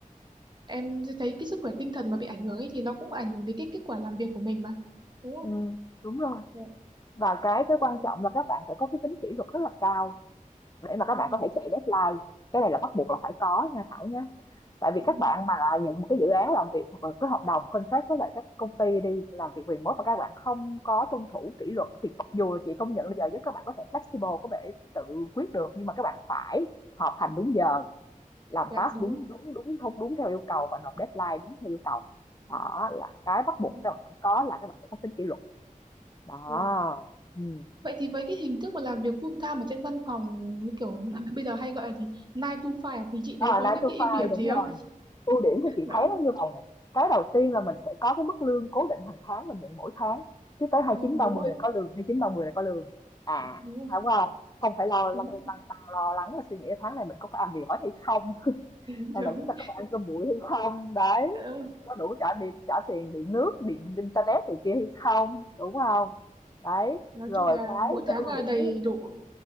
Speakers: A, on the right (about 30°); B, on the left (about 30°).
A: em thấy cái sức khỏe tinh thần mà bị ảnh hưởng ấy thì nó cũng ảnh hưởng đến cái kết quả làm việc của mình mà đúng không
B: ừ, đúng rồi
A: Dạ, đúng.
B: và cái cái quan
A: ừ.
B: trọng là các bạn phải có cái tính kỷ luật rất là cao để mà các
A: <laughs>
B: bạn có thể chạy deadline cái này là bắt buộc là phải có nha Thảo nhé tại vì
A: Ừ.
B: các bạn mà nhận một cái dự án làm việc hoặc là cái hợp đồng contract với lại các công ty đi làm việc remote mà các bạn không có tuân thủ kỷ luật thì mặc dù chị công nhận là giờ giấc các bạn có thể flexible có thể tự quyết được nhưng mà các bạn phải họp hành đúng giờ làm
A: dạ
B: task
A: đúng
B: đúng
A: rồi
B: đúng đúng đúng đúng theo yêu cầu và nộp deadline đúng theo yêu cầu đó là cái bắt buộc
A: À,
B: các bạn phải có là các bạn phải có tính kỷ luật đó
A: dạ.
B: ừ.
A: vậy thì với cái hình thức mà làm việc full time ở trên văn phòng như kiểu là <laughs> bây giờ hay gọi là gì nine to five à? thì chị
B: Ờ,
A: thấy có
B: Nine-to-five,
A: những cái ưu điểm
B: đúng
A: gì
B: rồi.
A: không
B: Ưu điểm thì chị
A: đó
B: thấy nó như vậy nè, cái đầu tiên là mình sẽ có cái mức lương cố định hàng tháng mình nhận mỗi tháng, cứ tới 29:30
A: à, đúng rồi
B: là có lương, 29:30 là có lương. À,
A: đúng rồi
B: đúng không Không phải lo lăn
A: đúng rồi.
B: lăn tăn lo lắng là suy nghĩ tháng này mình có phải ăn mì gói hay không, <laughs>
A: <laughs> Ừ,
B: hay
A: đúng
B: là chúng ta có phải ăn cơm bụi hay không, đấy,
A: Dạ, đúng rồi.
B: có đủ trả điện trả tiền điện nước, điện internet này kia hay không, đúng không Đấy,
A: nói
B: rồi
A: chung là
B: cái
A: mỗi tháng
B: cái ưu
A: là
B: điểm
A: đầy
B: thứ
A: đủ